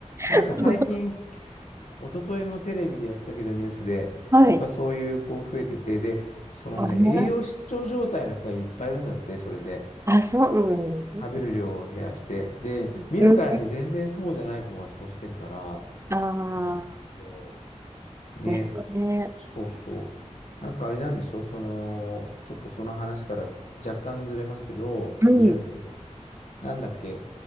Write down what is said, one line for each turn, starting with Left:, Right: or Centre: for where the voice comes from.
Left: なんか最近、
Right: <laughs>
Left: 一昨日もテレビでやってたけど、ニュースで、
Right: はい。
Left: やっぱそういう子増えてて、で、そのね、
Right: あ、
Left: 栄養失調状態の子がいっぱいいるんだって、それで。
Right: あそう、うん。
Left: 食べる量を減らして。で、見るからに全然そうじゃない子がそうしてるから。
Right: うん。あ
Left: うん、そうね、
Right: あ、ね。ね。
Left: そうそう。なんかあれなんでしょその、ちょっとその話から若干ずれますけど、
Right: うん。
Left: ずれるんだけど、なんだっけ、